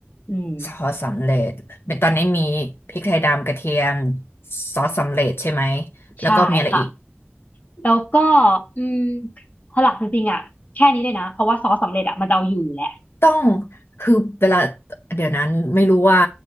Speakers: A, on the left; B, on the left.
A: อืม
B: ซอสสำเร็จเป็นตอนนี้มีพริกไทยดำกระเทียมซอสสำเร็จใช่ไหมแล้วก็มีอะไรอีก
A: ใช่ค่ะแล้วก็อืมหลักจริงๆอ่ะแค่นี้เลยนะเพราะว่าซอสสำเร็จอ่ะมันจะเอาอยู่อยู่แล้ว
B: ต้องคือเวลาเดี๋ยวนั้นไม่รู้ว่า